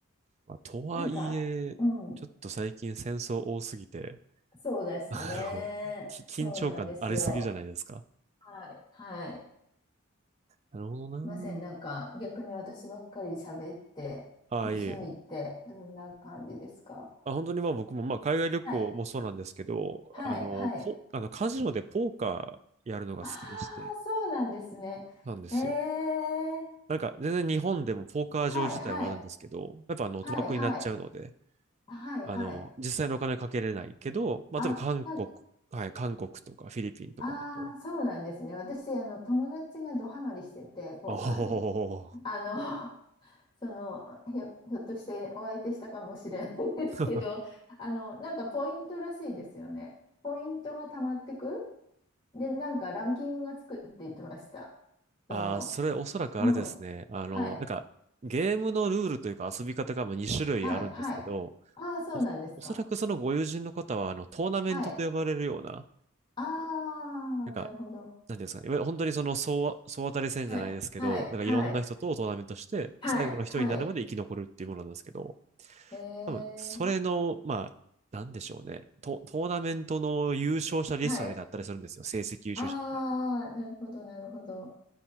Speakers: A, on the right; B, on the left.
A: まあ、とはいえ、
B: なんか、うん、
A: ちょっと最近戦争多すぎて、
B: そうですね。
A: あの、き緊張感ありすぎじゃないですか。
B: そうなんですよ。はい、はい。
A: なるほどな。
B: いません。なんか逆に私ばっかり喋って、
A: ああ、
B: ご趣味ってどんな感じですか
A: いえ。あ、本当にまあ僕もまあ海外旅行もそうなんですけど、
B: はい。はい。
A: あの、
B: はい。
A: ポ、あのカジノでポーカーやるのが好きでして、
B: ああ、そうなんですね。
A: なんですよ。
B: ええ
A: なんか全然日本でもポーカー場自体はあるんですけど、
B: はい。はい。
A: やっぱあの賭博になっちゃうので、
B: はい。はい。はい。
A: あの、
B: はい。
A: 実際のお金はかけれないけど、まあ例えば韓国、
B: あ、なんか、
A: はい、韓国とかフィリピンとかだと、
B: ああ、そうなんですね。私、あの、友達がドハマりしてて、ポーカーに。
A: おお
B: あの、<laughs> その、ひょ、ひょっとしてお相手したかもしれないですけど、
A: ー <laughs>
B: あの、なんかポイントらしいですよね。ポイントがたまってくで、なんかランキングがつくって言ってました。その、
A: ああ、それおそらくあれですね。
B: うん。
A: あの、
B: はい。
A: なんか、ゲームのルールというか遊び方が2種類あるんですけど、
B: はい。はい。ああ、そうなんですか。
A: お、おそらくそのご友人の方は、あの、トーナメントと呼ばれるような、
B: はい。あ
A: なんか、
B: あ、なるほど。
A: なんていうんですかね。いわゆる本当にその総、総当たり戦じゃないですけど、
B: はい。はい。
A: なんかいろんな人とトーナメントして、
B: はい。はい。
A: 最後の一人になるまで生き残るっていうものなんですけど、
B: はい。えー、
A: 多分、それの、まあ、なんでしょうね。ト、トーナメントの優勝者リストみたいなのだったりするんですよ。
B: はい。
A: 成績優勝者みたいな。
B: ああ、なるほど、なるほど。